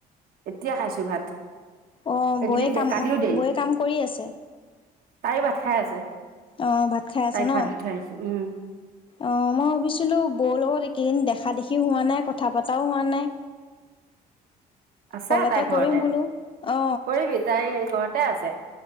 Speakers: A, on the right (about 60°); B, on the left (about 30°).
A: এতিয়া খাইছো ভাত।
B: অ
A: এইকেইদিন
B: বৌয়ে কাম
A: কালিও দেৰি
B: বৌয়ে কাম কৰি আছে।
A: তাইও ভাত খাই আছে।
B: অ ভাত খাই আছে
A: তাইক
B: ন
A: ভাত দি থৈ আহিছো। উম
B: অ মই ভাবিছিলোঁ বৌ লগত এইকেদিন দেখা দেখিও হোৱা নাই কথা পতাও হোৱা নাই।
A: আছে
B: কল এটা
A: তাই ঘৰতে
B: কৰিম বোলো অ
A: কৰিবি তাই ঘৰতে আছে।